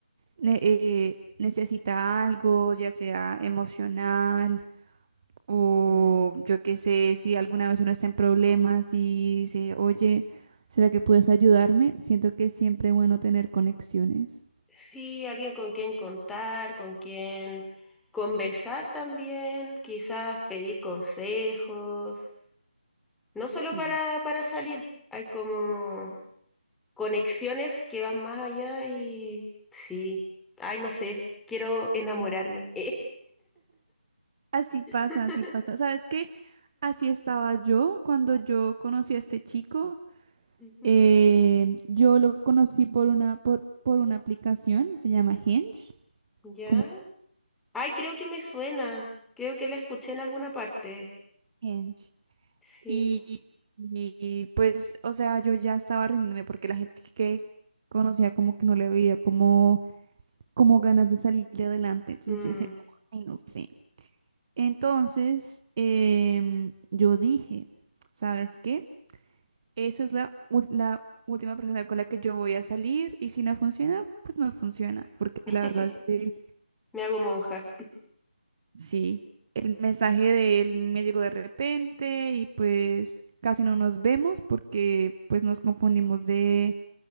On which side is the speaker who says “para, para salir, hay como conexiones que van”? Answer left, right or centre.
Centre